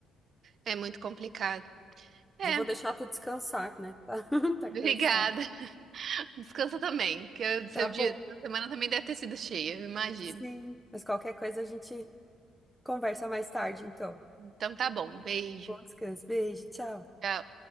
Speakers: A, on the right; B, in the centre.
A: É muito complicado. É,
B: Mas eu vou deixar tu descansar, né? <laughs> Tá,
A: obrigada.
B: tá cansado.
A: <laughs> Descansa também, que o seu
B: Tá
A: dia,
B: bom.
A: sua semana também deve ter sido cheia, eu imagino.
B: Sim. Mas qualquer coisa a gente conversa mais tarde, então.
A: Então tá bom, beijo.
B: Bom descanso. Beijo, tchau.
A: Tchau.